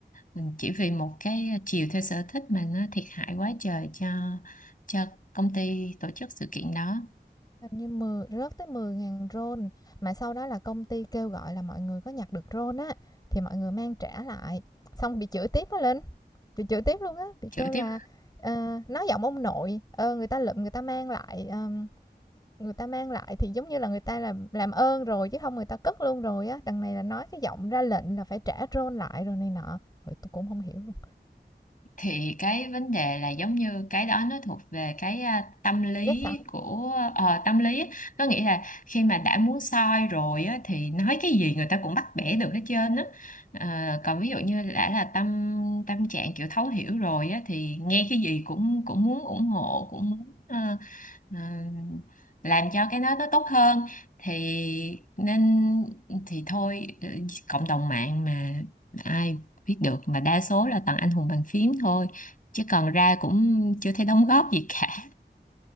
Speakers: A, on the left (about 50°); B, on the left (about 20°).
A: ừm, chỉ vì một cái chiều theo sở thích mà nó thiệt hại quá trời cho cho công ty tổ chức sự kiện đó
B: Hình như 10 rớt tới mười ngàn RON, mà sau đó là công ty kêu gọi là mọi người có nhặt được RON á thì mọi người mang trả lại, xong bị chửi tiếp á Linh, bị chửi tiếp luôn á, bị
A: chữa
B: kêu
A: tiếp
B: là ờ, nói giọng ông nội, ờ, người ta lượm người ta mang lại ờ, người ta mang lại thì giống như là người ta là làm ơn rồi chứ không người ta cất luôn rồi á, đằng này là nói cái giọng ra lệnh là phải trả RON lại rồi này nọ. Rồi tôi cũng không hiểu luôn.
A: thì cái vấn đề là giống như cái đó nó thuộc về cái à, tâm lý
B: Ghét sẵn
A: của ờ, tâm lý á. nó nghĩa là khi mà đã muốn soi rồi á, thì nói cái gì người ta cũng bắt bẻ được hết trơn á Ờ, còn ví dụ như đã là tâm tâm trạng kiểu thấu hiểu rồi á, thì nghe cái gì cũng cũng muốn ủng hộ cũng muốn ờ, ờ, làm cho cái đó nó tốt hơn thì nên thì thôi ờ, cộng đồng mạng mà ai viết được mà đa số là toàn anh hùng bàn phím thôi chứ còn ra cũng chưa thấy đóng góp gì cả